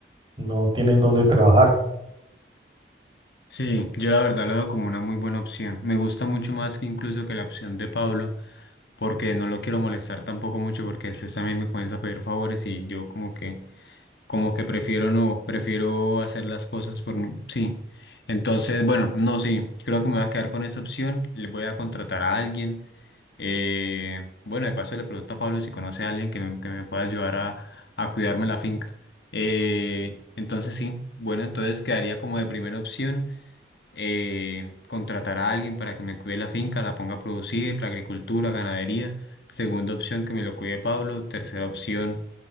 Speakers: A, on the right; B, on the left.
A: no tienen dónde trabajar.
B: Sí, Yo la verdad lo veo como una muy buena opción. Me gusta mucho más que incluso que la opción de Pablo, porque no lo quiero molestar tampoco mucho porque después también me comienza a pedir favores y yo como que como que prefiero no, prefiero hacer las cosas por mí. Sí. Entonces, bueno, no, sí, creo que me voy a quedar con esa opción. Le voy a contratar a alguien. Eh, bueno, de paso le pregunto a Pablo si conoce a alguien que me, que me pueda ayudar a, a cuidarme la finca. Eh, entonces, sí, bueno, entonces quedaría como de primera opción eh, contratar a alguien para que me cuide la finca, la ponga a producir, la agricultura, ganadería. Segunda opción, que me lo cuide Pablo. Tercera opción,